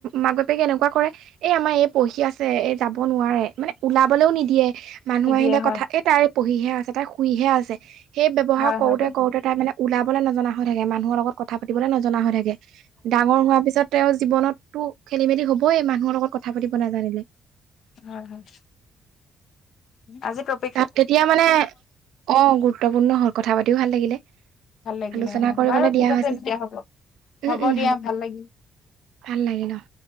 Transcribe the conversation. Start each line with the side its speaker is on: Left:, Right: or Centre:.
Right: মাক বাপেকে এনেকুৱা কৰে, এ আমাৰ এই পঢ়ি আছে। এই যাব নোৱাৰে, মানে ওলাবলৈও নিদিয়ে। মানুহ
Left: নিদিয়ে
Right: আহিলে
Left: হয়
Right: কথা এই তাই পঢ়িহে আছে, তাই শুইহে আছে, সেই ব্যৱহাৰ
Left: হয়
Right: কৰোতে
Left: হয়।
Right: প্ৰাই মানে ওলাবলে নজনা হৈ থাকে, মানুহৰ লগত কথা পাতিবলৈ নজনা হৈ থাকে, ডাঙৰ হোৱাৰ পিছত তেওঁৰ জীৱনততো খেলি মেলি হবই মানুহৰ লগত কথা পাতিব নাজানিলে।
Left: হয় হয় আজি প্ৰ
Right: তাত তেতিয়া মানে অ' গুৰুত্বপূৰ্ণ হ'ল কথা পাতিও ভাল লাগিলে।
Left: ভাল লাগিলে
Right: আলোচনা
Left: হয়।
Right: কৰিবলৈ
Left: বাৰু
Right: দিয়া
Left: ঠিক
Right: হৈছে
Left: আছে তেতিয়া হ'ব,
Right: উম
Left: হ'ব
Right: উম
Left: দিয়া ভাল লাগিল।
Right: ভাল লাগিল অ'।